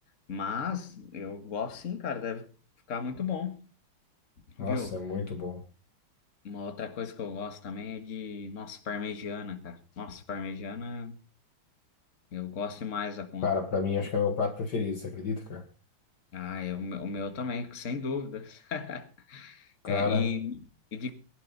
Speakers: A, on the left; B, on the left.
A: Mas eu gosto sim, cara, deve ficar muito bom,
B: Nossa,
A: viu?
B: é muito bom.
A: Uma outra coisa que eu gosto também é de, nossa, parmegiana, cara. Nossa, parmegiana, eu gosto demais da conta.
B: Cara, pra mim acho que é meu prato preferido, você acredita, cara?
A: Ah, eu, o meu o meu também, sem dúvidas. <laughs>
B: Cara,
A: É, e, e de